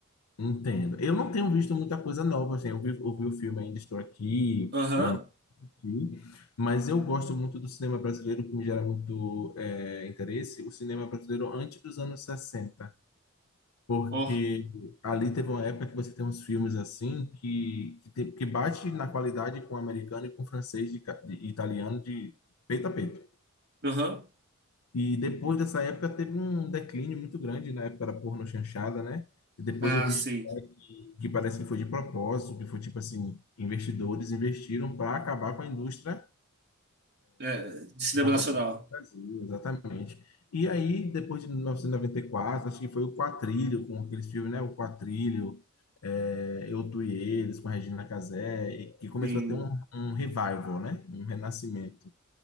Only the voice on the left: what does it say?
entendo. Eu não tenho visto muita coisa nova, assim. Eu vi, eu vi o filme Ainda Estou Aqui,
não não aqui, mas eu gosto muito do cinema brasileiro, que me gera muito eh, interesse, o cinema brasileiro antes dos anos sessenta Porque
ali teve uma época que você tem uns filmes assim que, que, tem- que bate na qualidade com o americano e com o francês de, ca- de italiano de peito a peito.
E depois dessa época teve um declínio muito grande na época da porno chanchada, né? E depois
eu vi
história que, que parece que foi de propósito, que foi tipo assim, investidores investiram para acabar com a indústria
Cinematográfico
do Brasil, exatamente. E aí, depois de 1994, acho que foi o Quatrilho, com aqueles filmes, né? O Quatrilho, é, Eu, Tu e Eles, com a Regina Casé, e que começou
a ter um, um revival, né? Um renascimento